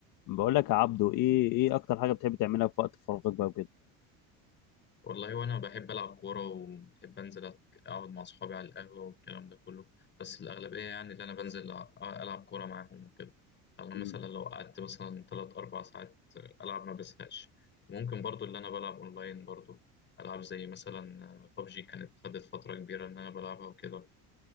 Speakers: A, on the left; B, on the left.
A: بقول لك يا عبدو ايه ايه اكتر حاجه بتحب تعملها في وقت فراغك بقى وكده
B: والله وانا بحب العب كوره وبحب انزل أت- اقعد مع اصحابي على القهوه والكلام ده كله بس الاغلبيه يعني اللي انا بنزل أ- العب كوره معاهم وكده انا
A: مم.
B: مثلا لو قعدت مثلا 3 4 ساعات العب ما بزهقش ممكن برضو اللي انا بلعب اونلاين برضو العاب زي مثلا ببجي كانت خدت فتره كبيره ان انا بلعبها وكده